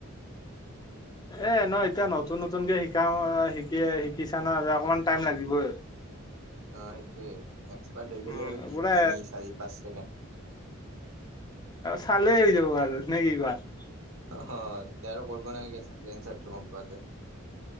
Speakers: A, on the left (about 20°); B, on the right (about 85°).
A: এ ন এতিয়া নতুন নতুনকে শিকা শিকি শিকিছা না অকমান টাইম লাগিবই।
B: অ সেইতোৱেই। এক্সপাৰ্ট হৈ গেলে
A: উম
B: আৰু কি
A: পুৰা
B: তিনি চাৰি পাঁচ ছেকেণ্ড।
A: চালে হৈ যাব আৰু নে কি কোৱা <unintelligible>
B: হয়। এতিয়া আৰু কৰিব নালাগে চালে এঞ্চাৰটো গম পোৱা যায়।